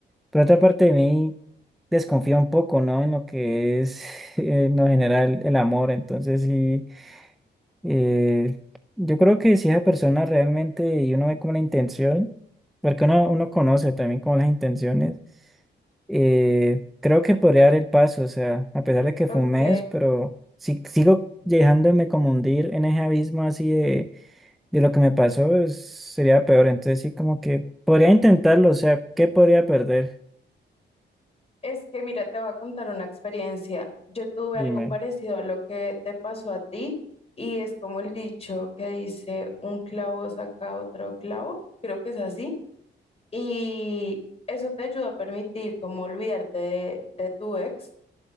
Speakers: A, in the centre; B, on the left (about 30°).
A: pero otra parte de mí desconfía un poco, ¿no? En lo que es <laughs> en lo general el amor, entonces sí. Eh, yo creo que si esa persona realmente y uno ve como la intención, porque uno, uno conoce también como las intenciones, eh, creo que podría dar el paso, o sea, a pesar de que fue
B: Ok,
A: un mes, pero si sigo dejándome como hundir en ese abismo así de, de lo que me pasó, es- sería peor. Entonces sí, como que podría intentarlo, o sea, ¿qué podría perder?
B: es que mira, te voy a contar una experiencia, yo tuve
A: Dime.
B: algo parecido a lo que te pasó a ti y es como el dicho que dice, un clavo saca otro clavo, creo que es así. Y eso te ayuda a permitir como olvidarte de, de tu ex,